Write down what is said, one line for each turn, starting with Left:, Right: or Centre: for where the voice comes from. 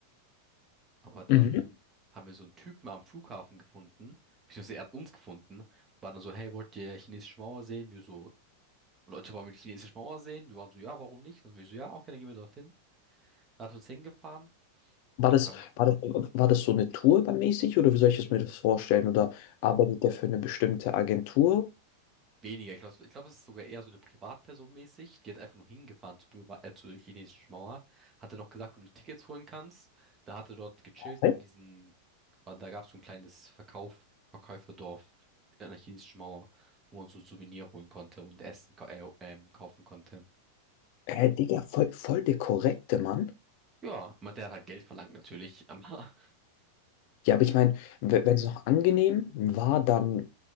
Right: Aber dann
Left: Mhm.
Right: haben wir so einen Typen am Flughafen gefunden, beziehungsweise er hat uns gefunden, war dann so, hey, wollt ihr chinesische Mauer sehen? Wir so, Leute, wollen wir die chinesische Mauer sehen? Wir waren so, ja, warum nicht? Dann wir so, ja, okay, dann gehen wir dorthin. Dann hat er uns hingefahren
Left: War das,
Right: und haben
Left: war das, war das so eine Tour dann mäßig oder wie soll ich es mir das vorstellen? Oder arbeitet der für eine bestimmte Agentur?
Right: Weniger, ich glaube, ich glaub, es ist sogar eher so eine Privatperson mäßig. Die hat einfach nur hingefahren zur, Priva äh, zur chinesischen Mauer. Hatte noch gesagt, wo du Tickets holen kannst. Da hatte dort gechillt
Left: Hä?
Right: in diesen, aber da gab es so ein kleines Verkauf, Verkäuferdorf an der chinesischen Mauer, wo man so Souvenir holen konnte und Essen ka- äh, ähm, kaufen konnte.
Left: Äh, Digga, voll, voll der korrekte Mann.
Right: Ja, aber der hat halt Geld verlangt natürlich, <laughs> aber
Left: Ja, aber ich meine, wenn es noch angenehm war, dann